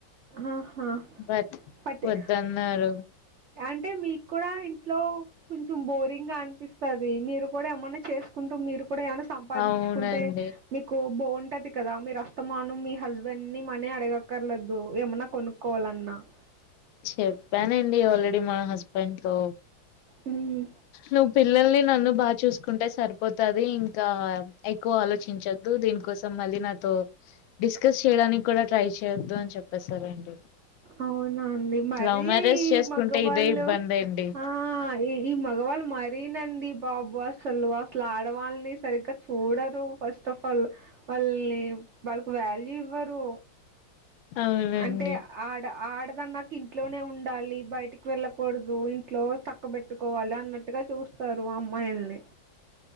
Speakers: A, on the right; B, on the left.
A: ఆ
B: బట్
A: పట్టె
B: వద్దన్నారు
A: ఆ అంటే మీకుడా ఇంట్లో కొంచెం బోరింగ్ గా అనిపిస్తది మీరు కూడా ఏమన్నా చేసుకుంటూ మీరు ఇప్పుడు ఏమన్న సంపాదించుకుంటే
B: అవునండి
A: మీకు బాగుంటది కదా మీరు అస్తమానుం మీ హస్బెండ్ ని మనీ అడగక్కర్లేదు ఏమన్నా కొనుక్కోవాలన్నా ఆ
B: చెప్పానండి ఆల్రెడి మా హస్బెండ్ తో
A: హ్మ్.
B: నువ్వు పిల్లల్ని నన్ను బాగా చూసు కుంటే సరిపోతది ఇంకా ఎక్కువ ఆలోచించొద్దు దీనికోసం మళ్ళీ నాతో డిస్కస్ చేయడానికి కూడా ట్రై చేయొద్దు అని చెప్పేసారండి.
A: అవునా అండి మరి
B: లవ్ మ్యారేజ్
A: ఈ
B: చేసుకుంటే
A: మగవాళ్ళు
B: ఇదే ఇబ్బంది అండి
A: ఆ ఇది మగవాళ్ళు మారినండి బాబ్బ అసలు అస్లా ఆడవాళ్ళని సరిగ్గ చూడరు ఫస్ట్ఫల్ మళ్ళి వాళ్ళకు వాల్యూ ఇవ్వరు.
B: అవునండి
A: అంటే ఆడ ఆ తెలుసా మాకు ఇంట్లోనే ఉండాలి బయటికి వెళ్ళకూడదు ఇంట్లో చక్క బెట్టుకోవాలి అన్నట్టుగా చూస్ స్తారు అమ్మాయిల్ని